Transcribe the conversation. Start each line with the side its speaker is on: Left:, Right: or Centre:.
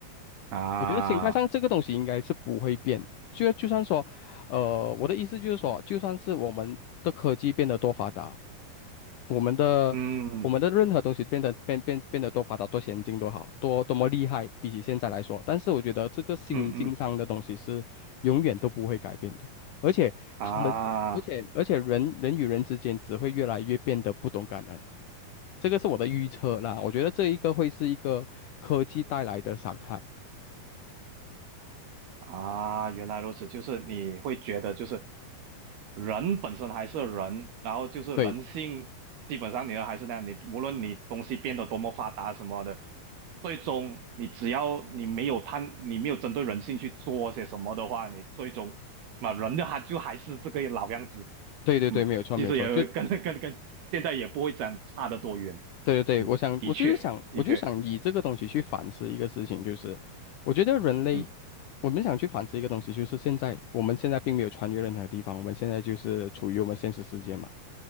Right: 啊，
Left: 我觉得心态上这个东西应该是不会变，就就算说，呃，我的意思就是说，就算是我们的科技变得多发达。我们的我们的任何东西变得变变变得多发达、
Right: 嗯
Left: 多先进、多好、多多么厉害，比起现在来说，但是我觉得这个心境上的东西是永远都不会改变的，
Right: 嗯嗯。
Left: 而且他们，
Right: 啊
Left: 而且而且人人与人之间只会越来越变得不懂感恩，这个是我的预测啦。我觉得这一个会是一个科技带来的伤害。
Right: 啊，原来如此，就是你会觉得就是人本身还是人，然后就是人性，
Left: 对
Right: 基本上你还是那样，你无论你东西变得多么发达什么的，最终你只要你没有贪，你没有针对人性去做些什么的话，你最终那人的他就还是这个老样子，
Left: 对对对，
Right: 嗯，
Left: 没有错没有错，
Right: 其实也会跟跟跟现在也不会这样差得多远，
Left: 就对对对，
Right: 嗯，
Left: 我想，
Right: 的确的确，
Left: 我就是想，我就想以这个东西去反思一个事情，就是我觉得人类，
Right: 嗯
Left: 我们想去反思一个东西，就是现在我们现在并没有穿越任何地方，我们现在就是处于我们现实世界嘛。